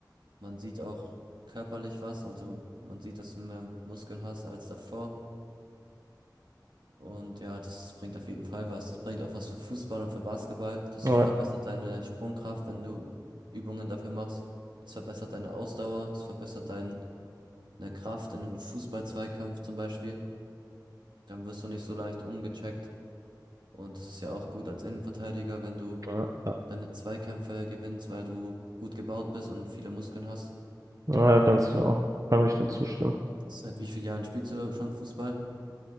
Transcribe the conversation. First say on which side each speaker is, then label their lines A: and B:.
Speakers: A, on the right; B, on the right.
A: man sieht auch körperlich was, also man sieht, dass du mehr Muskeln hast als davor. Und ja, das ist, bringt auf jeden Fall was. Das bringt auch was für Fußball und für Basketball. Das
B: Ja,
A: verbessert deine Sprungkraft, wenn du Übungen dafür machst. Das verbessert deine Ausdauer, das verbessert deine Kraft in einem Fußballzweikampf zum Beispiel. Dann wirst du nicht so leicht umgecheckt. Und das ist ja auch gut als Innenverteidiger, wenn du
B: Ja, ja.
A: deine Zweikämpfe gewinnst, weil du gut gebaut bist und viele Muskeln hast.
B: ja, ganz genau. Kann ich nur zustimmen.
A: Seit wie vielen Jahren spielst du schon Fußball?